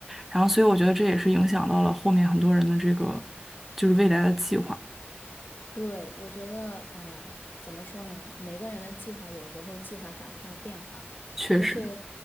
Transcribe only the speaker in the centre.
然后所以我觉得这也是影响到了后面很多人的这个就是未来的计划，
确实，